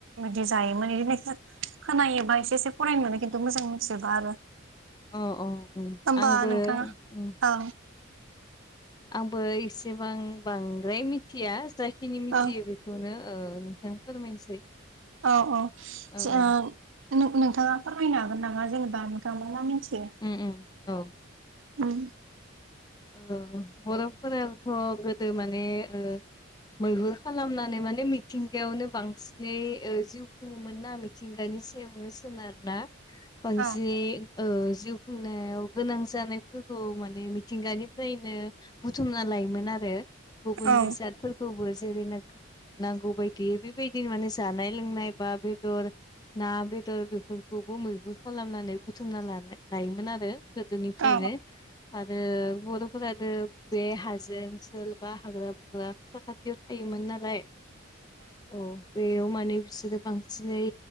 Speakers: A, on the right; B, on the left.
A: बिदि जायोमोन बिदि होन खोनायोबा एसे एसे फरायनो मोनो खिन्थु मोजां मोनथिजोबा आरो।
B: अ अ उम
A: होमबा
B: आंबो
A: नोंथाङा
B: उम
A: ओं
B: आंबो एसेबां बांद्राय मिथिया जाखिनि मिथियो
A: औ
B: बेखौनो ओ नोंथां फोरमायनोसै।
A: औ औ
B: औ
A: स
B: औ
A: नों नोंथाङा फोरमायनो हागोन नामा जेनेबा नोंथाङा मा मिथि ओ
B: उम उम औ
A: उम।
B: ओ बर'फोराथ' गोदो माने ओ मैहुर खालामनानै माने मिथिंगायावनो बांसिनै ओ जिउ खुङोमोन ना मिथिंगानि हिसेयावनो सोनारना बांसिनै
A: औ
B: ओ जिउ खुंनायाव गोनां जानायफोरखौ माने मि मिथिंगानिफ्रायनो बुथुमना लायोमोन आरो। गुबुन
A: औ
B: बेसादफोरखौबो जेरै नो नांगौ बायदि बेबायदिनो माने जानाय लोंनाय बा बेदर ना बेदर बेफोरखौ मैहुर खालामनानै बुथुमना ला लायोमोन आरो। गोदोनिफ्रायनो
A: औ
B: आरो बर' फोरानो बे हाजो ओनसोल बा हाग्रा-बंग्रा साखाथियाव थायोमोन नालाय औ बेयाव मा बिसोरो बांसिनैै